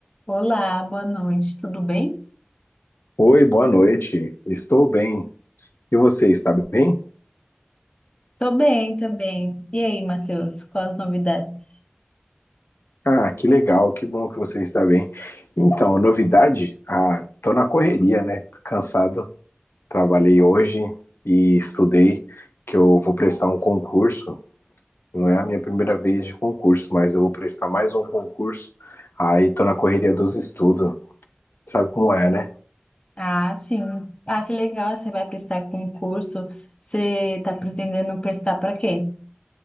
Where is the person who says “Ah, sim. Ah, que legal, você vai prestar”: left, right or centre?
Left